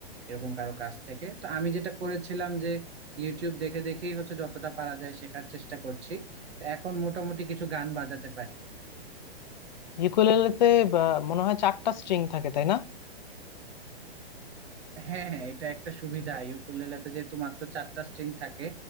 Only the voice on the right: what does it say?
এরকম কারো কাছ থেকে তো আমি যেটা করেছিলাম যে ইউটিউব দেখে দেখেই হচ্ছে যতটা পারা যায় শেখার চেষ্টা করছি তো এখন মোটামুটি কিছু গান বাজাতে পারি
হ্যাঁ হ্যাঁ এটা একটা সুবিধা ইউকুলেলেতে যেহেতু মাত্র চারটা স্ট্রিং থাকে